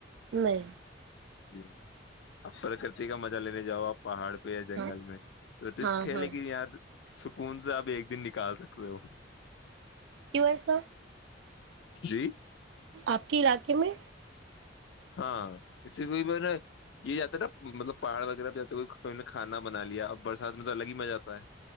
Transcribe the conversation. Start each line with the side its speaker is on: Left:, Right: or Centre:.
Right: نہیں
Left: جی آپ پرکرتی کا مزہ لینے جاؤ آپ پہاڑ ہے جنگل
Right: ہاں
Left: میں تو رسک
Right: ہاں
Left: ہے
Right: ہاں
Left: لیکن یا سکون سے آپ ایک دن نکال سکتے ہو
Right: کیوں ایسا
Left: جی
Right: آپ کے علاقے میں
Left: ہاں اس سے کو میں نے یہ جاتا ہے نا مطلب پہاڑ وغیرہ پہ ج نے کھانا بنا لیا اور برسات میں تو الگ ہی مزہ آتا ہے